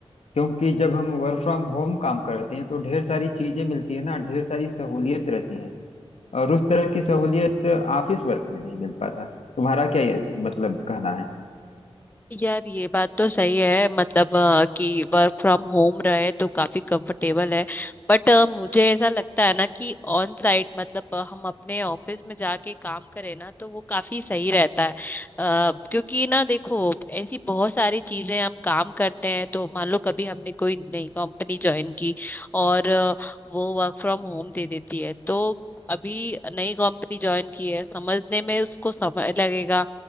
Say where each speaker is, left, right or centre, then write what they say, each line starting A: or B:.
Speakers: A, on the left; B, on the left.
A: क्योंकि जब हम वर्क फ्रॉम होम काम करते हैं तो ढेर सारी चीज़ें मिलती है ना ढेर सारी सहूलियत रहती है और उस तरह की सहूलियत ऑफिस वर्क में नहीं मिल पाता तुम्हारा क्या ये मतलब कहना है
B: यार ये बात तो सही है मतलब अ, कि वर्क फ्रॉम होम रहे तो काफी कंफर्टेबल है बट मुझे ऐसा लगता है ना कि ऑन साइट मतलब अ, हम अपने ऑफिस में जाके काम करें ना तो वो काफी सही रहता है अ, क्योंकि ना देखो ऐसी बहुत सारी चीजें हम काम करते हैं तो मान लो कभी हमने कोई नई कंपनी ज्वाइन की और अ, वो वर्क फ्रॉम होम दे देती है तो अभी नई कंपनी ज्वाइन की है समझने में उसको समय लगेगा